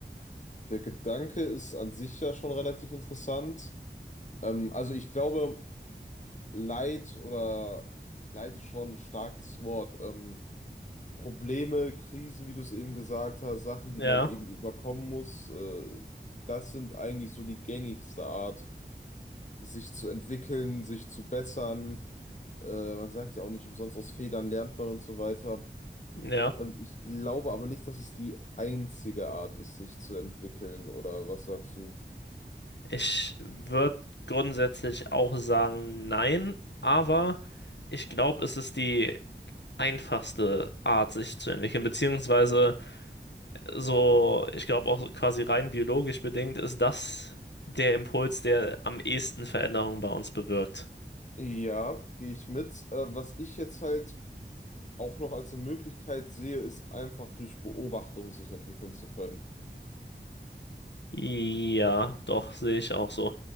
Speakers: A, on the left; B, on the left.
A: Der Gedanke ist an sich ja schon relativ interessant. Ähm, also ich glaube, Leid oder Leid ist schon ein starkes Wort. Ähm, Probleme, Krisen, wie du es eben gesagt hast, Sachen, die
B: Ja,
A: man eben überkommen muss, äh, das sind eigentlich so die gängigste Art, sich zu entwickeln, sich zu bessern. Äh, man sagt ja auch nicht umsonst, aus Fehlern lernt man und so weiter.
B: ja.
A: Ähm, ich glaube aber nicht, dass es die einzige Art ist, sich zu entwickeln, oder was sagst du?
B: Ich würde grundsätzlich auch sagen, nein, aber ich glaube, es ist die einfachste Art, sich zu entwickeln, beziehungsweise so, ich glaube auch quasi rein biologisch bedingt ist das der Impuls, der am ehesten Veränderungen bei uns bewirkt.
A: Ja, gehe ich mit. Äh, was ich jetzt halt auch noch als eine Möglichkeit sehe, ist einfach durch Beobachtung sich entwickeln zu können.
B: Ja, doch, sehe ich auch so.